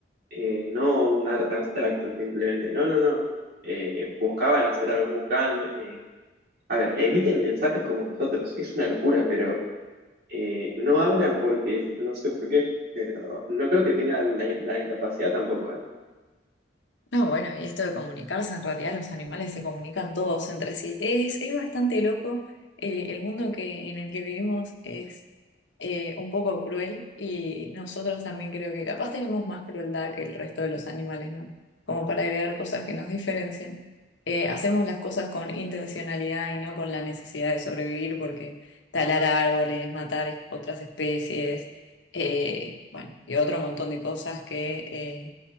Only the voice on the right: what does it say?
eh, no un arte abstracto simplemente, no, no, no, Eh, buscaban hacer algo, buscaban, eh, a ver, emiten mensajes como nosotros, es una locura, pero eh, no hablan porque, no sé por qué, pero no creo que tengan la, la incapacidad tampoco, ¿eh?